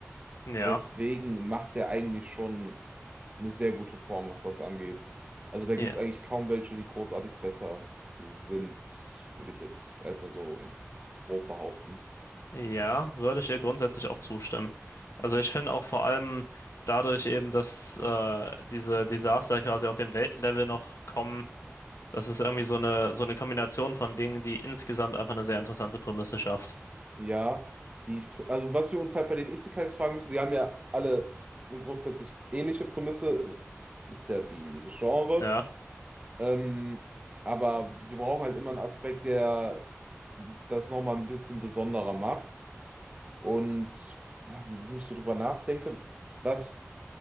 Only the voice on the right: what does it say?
Deswegen macht er eigentlich schon eine sehr gute Form, was das angeht. Also da
gibt es eigentlich kaum welche, die großartig besser sind, würde ich jetzt erstmal so in grob behaupten.
Ja, die, F- also was wir uns halt bei den Isekais fragen müssen, sie haben ja alle eine grundsätzlich ähnliche Prämisse, also es ist ja die, das Genre,
ähm, aber wir brauchen halt immer einen Aspekt, der das nochmal ein bisschen besonderer macht und ja, wenn ich nicht so drüber nachdenke, was